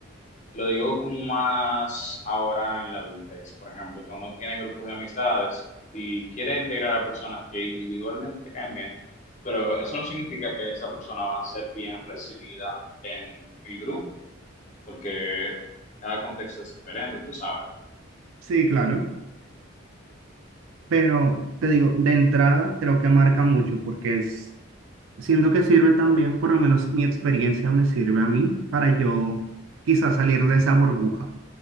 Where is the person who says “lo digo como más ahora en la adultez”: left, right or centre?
Left